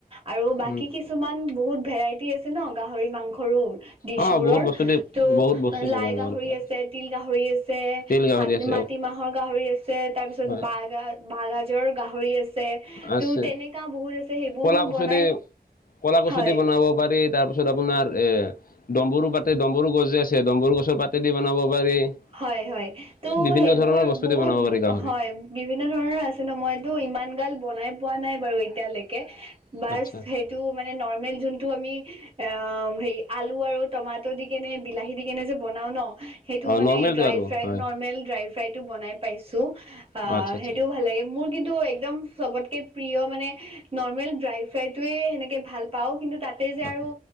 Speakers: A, on the right; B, on the left.
A: আৰু বাকী
B: উম।
A: কিছুমান বহুত ভেৰাইটি আছে ন গাহৰি মাংসৰো ডিচবোৰৰ
B: অ বহুত বস্তু দেই
A: ত'
B: বহুত বস্তু বনাব
A: লাই গাহৰি
B: পাৰা
A: আছে তিল গাহৰি আছে
B: তিল গাহৰি
A: ম
B: আছে
A: মাটিমাহৰ গাহৰি আছে তাৰপিছত
B: হয়
A: বা বাহ গাজৰ গাহৰি আছে ত
B: আছে
A: তেনেকা বহুত আছে সেইবোৰ
B: কলা
A: মই
B: কচু
A: বনাই
B: <unintelligible> কলা কচু
A: হয়
B: দি বনাব পাৰি তাৰ পিছত আপোনাৰ এ ডম্বৰু পাতে, ডম্বৰু গছ যে আছে ডম্বৰু গছৰ পাতে দি বনাব পাৰি। <unintelligible>
A: হয়-হয়। ত'
B: এ বিভিন্ন
A: সেইবোৰ
B: ধৰণৰ বস্তু
A: বহুত
B: দি বনাব পাৰি গাহৰি
A: হয় <unintelligible> বিভিন্ন ধৰণৰ আছে ন মইতো ইমান গাল বনাই পোৱা নাই বাৰু এতিয়ালৈকে বাছ
B: আচ্ছা
A: সেই <inaudible> <unintelligible> তো মানে নৰ্মেল যোৱাটো আমি আহ হেৰি আলু আৰু টমাটৰ দি কেনে বিলাহী দি কেনে যে বনাওঁ ন, সেইটো
B: অ
A: মানে
B: নৰ্মেলটো
A: ড্ৰাই
B: আৰু
A: ফ্ৰাই
B: হয়
A: নৰ্মেল ড্ৰাই <unintelligible> ফ্ৰাইটো বনাই পাইছোঁ, আহ
B: অ আচ্ছা আচ্ছা
A: সেইটোও ভাল লাগে। <unintelligible> মোৰ কিন্তু একদম চবতকে প্ৰিয় মানে নৰ্মেল ড্ৰাই ফ্ৰাইটোৱেই সেনেকে ভাল পাওঁ, কিন্তু <unintelligible> তাতে যে
B: অ
A: আৰু